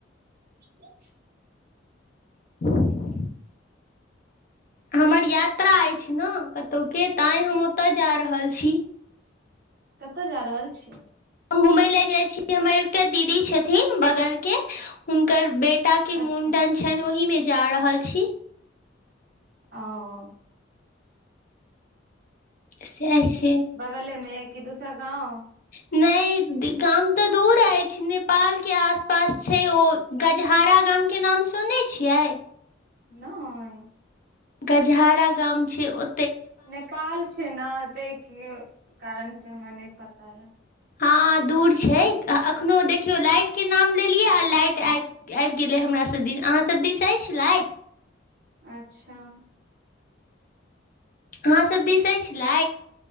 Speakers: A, on the right (about 55°); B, on the left (about 50°).
A: <inaudible>
B: ह <unintelligible> हमर यात्रा अइछ ने कतौके ताँ हम ओतय जा रहल छी
A: कत जा रहल छी
B: हम घूमय ले जाय छी हमर एकटा दीदी छथिन बगल के हुनकर बेट टा के
A: अच्छा
B: मुण्डन छैन ओहि मे जा रहल छी
A: औ
B: सेह छै
A: बगलमे की दुसर गाँव
B: नहि गाम तऽ दूर अइछ नेपालके आसपास छै ओ गजहारा गामके नाम सुनै छियै
A: नई
B: गजहारा गाम छै ओ
A: नेपाल छै ने तैके कारण से हमरा नहि पता य
B: हँ दूर छै अखनो देखियौ लाइट के नाम लेलियै आ लाइट आइब आइब गेलै हमरा सब दिस अहाँसब दिस अइछ लाइट
A: अच्छा
B: अहाँ सब बिसै छलै